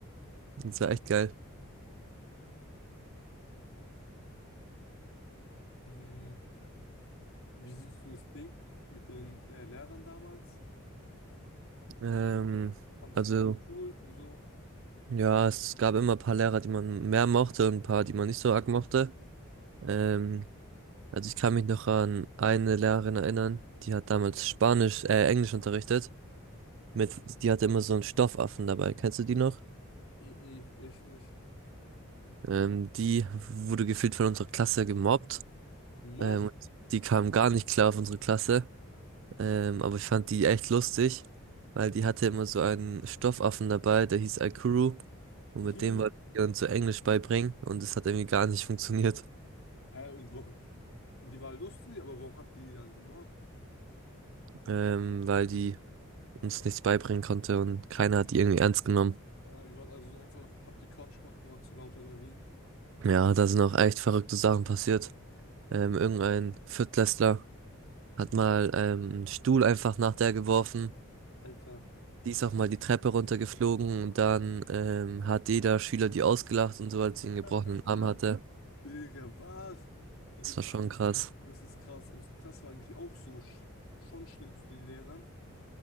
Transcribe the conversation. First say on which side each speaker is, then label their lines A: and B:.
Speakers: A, on the right; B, on the left.
A: das war echt geil.
B: Mm, wie siehst du das Ding mit den äh, Lehrern damals?
A: Ähm,
B: Also, fandest
A: also,
B: du die so Ja. cool und so?
A: ja, es gab immer ein paar Lehrer, die man mehr mochte und ein paar, die man nicht so arg mochte. Ähm, Also ich kann mich noch an eine Lehrerin erinnern, die hat damals Spanisch, äh, Englisch unterrichtet. Mit, die hatte immer so einen Stoffaffen dabei. Kennst du die noch?
B: Mm-mm, echt nicht.
A: Ähm, die wurde gefühlt von unserer Klasse gemobbt.
B: Gemobbt.
A: Ähm, und die kam gar nicht klar auf unsere Klasse. Ähm, aber ich fand die echt lustig, weil die hatte immer so einen Stoffaffen dabei, der hieß Aikuru. Und
B: <laughs>
A: mit
B: Hä,
A: dem wollte ich ihr uns so Englisch beibringen. Und es hat irgendwie gar nicht funktioniert,
B: und wo, die war lustig, aber warum habt ihr die dann gemobbt?
A: ähm, weil die uns nichts beibringen konnte und keiner hat die irgendwie ernst genommen.
B: Äh, ihr wart also einfach, habt ihr Quatsch gemacht und war zu laut oder wie?
A: Ja, da sind auch echt verrückte Sachen passiert.
B: Hat-
A: Ähm, irgendein Viertklässler hat mal ähm, einen Stuhl einfach nach der geworfen.
B: Alter.
A: Die ist auch mal die Treppe runtergeflogen und dann ähm, hat jeder Schüler die ausgelacht und so, als sie einen gebrochenen
B: <laughs>
A: Arm hatte.
B: Digga, was? Okay,
A: Das
B: das,
A: war schon krass.
B: das
A: <laughs>
B: ist krass. Unsere Klasse war eigentlich auch so sch schon schlimm zu den Lehrern.